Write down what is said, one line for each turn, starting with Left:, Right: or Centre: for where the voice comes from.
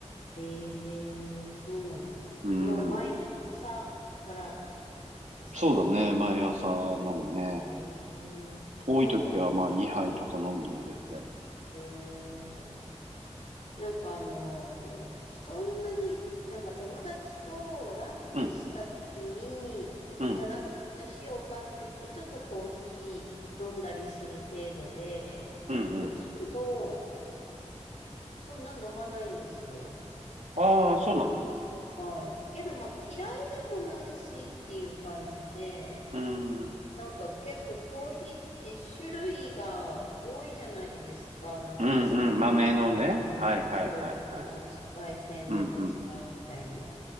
Left: ええーそうなんです。
Right: うん。
Left: もう毎朝からですか
Right: そうだね。毎朝飲むね。
Left: ええーなんか私、
Right: 多い時はまあ2杯とか飲むね、全然。
Left: ええなんかあのーそんなに、なんか友達とランチした時に、
Right: うん、うん、
Left: じゃあなんかお茶しようかって言って、ちょっとコーヒー飲んだりする程度で、
Right: うん、うん。
Left: ほとんどそんな飲まないんですよ。
Right: ああ、そうなんだ。
Left: はい。けどまあ嫌いでもないしっていう感じで、
Right: うん、うん、
Left: なんか結構コーヒーって種類が多いじゃないですか。なんかこう産地とかで味もそう違うし、
Right: うん。豆のね。はいはいはいはい。
Left: 焙煎でも違うみたいに
Right: うん、うん、